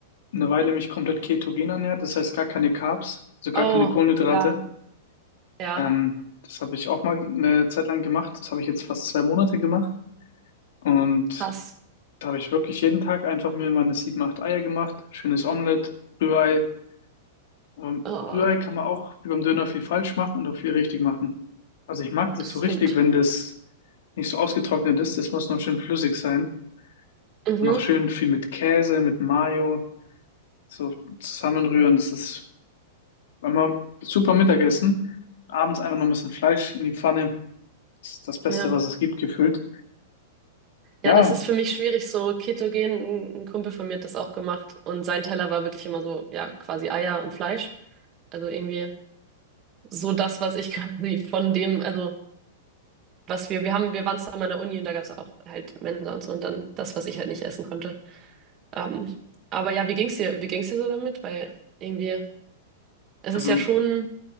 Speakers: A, on the left (about 70°); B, on the right (about 30°).
A: eine Weile mich komplett ketogen ernährt, das heißt gar keine Carbs, also gar
B: Oh,
A: keine Kohlenhydrate.
B: ja, ja,
A: Ähm, das habe ich auch mal eine Zeit lang gemacht. Das habe ich jetzt fast zwei Monate gemacht. Und
B: krass.
A: da habe ich wirklich jeden Tag einfach mir meine sieben, acht Eier gemacht, schönes Omelett, Rührei, Aber
B: Oh,
A: Rührei kann man auch wie beim Döner viel falsch machen und auch viel richtig machen. Also ich mag das
B: das
A: so richtig,
B: stimmt.
A: wenn das nicht so ausgetrocknet ist. Das muss noch schön flüssig sein.
B: Mhm,
A: Und auch schön viel mit Käse, mit Mayo, so zusammenrühren. Das ist immer super Mittagessen. Abends einfach noch ein bisschen Fleisch in die Pfanne. Das ist das Beste,
B: ja.
A: was es gibt, gefühlt.
B: Ja,
A: Ja,
B: das ist für mich schwierig, so ketogen. Ein ein Kumpel von mir hat das auch gemacht und sein Teller war wirklich immer so, ja, quasi Eier und Fleisch. Also irgendwie. so das, was ich <laughs> quasi von dem, also was wir, wir haben, wir waren zusammen an der Uni und da gab es auch halt Mensa und so und dann das, was ich halt nicht essen konnte. Ähm, aber ja, wie ging's dir, wie ging's dir so damit? Weil irgendwie, es
A: also,
B: ist ja schon